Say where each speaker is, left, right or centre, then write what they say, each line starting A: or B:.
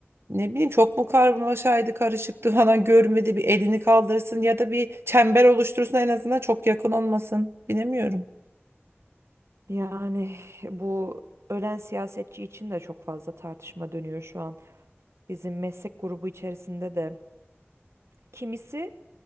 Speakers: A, on the right; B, on the right.
A: ne bileyim çok mu karmaşaydı karışıktı <laughs> falan görmedi bir elini kaldırsın ya da bir çember oluştursun en azından çok yakın olmasın bilemiyorum.
B: Yani bu ölen siyasetçi için de çok fazla tartışma dönüyor şu an. bizim meslek grubu içerisinde de kimisi